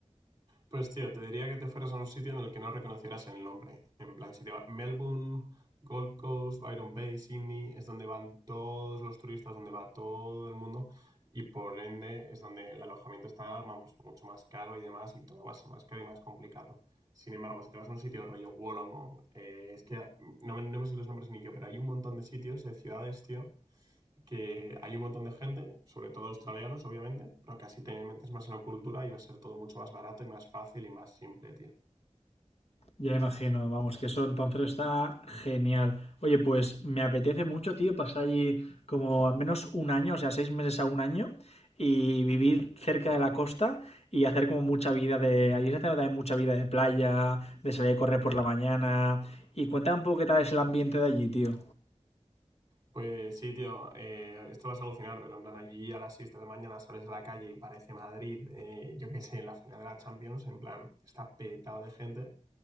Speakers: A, on the right (about 30°); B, on the left (about 60°).
A: Pues tío, te diría que te fueras a un sitio en el que no reconocieras el nombre. En plan, si te va Melbourne, Gold Coast, Byron Bay, Sydney, es donde van todos los turistas, donde va todo el mundo y por ende es donde el alojamiento está, vamos, mucho más caro y demás y todo va a ser más caro y más complicado. Sin embargo, si te vas a un sitio rollo Wollongong, eh, es que no me, no me sé los nombres ni yo, pero hay un montón de sitios, de ciudades, tío, que hay un montón de gente, sobre todo australianos, obviamente, pero que así te metes más en la cultura y va a ser todo mucho más barato y más fácil y más simple, tío.
B: Ya imagino, vamos, que eso entonces está genial. Oye, pues me apetece mucho, tío, pasar allí como al menos un año, o sea, seis meses a un año, y vivir cerca de la costa y hacer como mucha vida de... Allí se hace también mucha vida de playa, de salir a correr por la mañana. Y cuéntame un poco qué tal es el ambiente de allí, tío.
A: Pues sí, tío, eh, esto vas a alucinar, pero en plan allí a las 6 de la mañana sales de la calle y parece Madrid, eh, yo qué sé, en la final de la Champions, en plan, está petado de gente